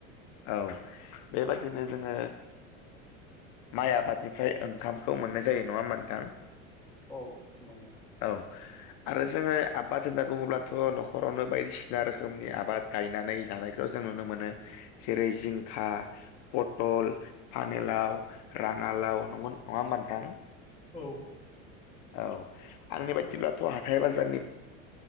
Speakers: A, on the left; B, in the centre.
A: औ बेबादिनो जोङो माइ आबादनिफ्राय ओंखामखौ मोननाय जायो नङा होमा नोंथां
B: औ मोनो
A: औ आरो जोङो आबाद होनना बुङोब्लाथ' न'खरावनो बायदिसिना रोखोमनि आबाद गायनानै जानायखौ जों नुनो मोनो जेरै जिंखा पटल पानिलाव राङालाव नग नङा होमबा नोंथां
B: औ
A: औ आंनि बाददिब्लाथ' हाथाइ बाजारनि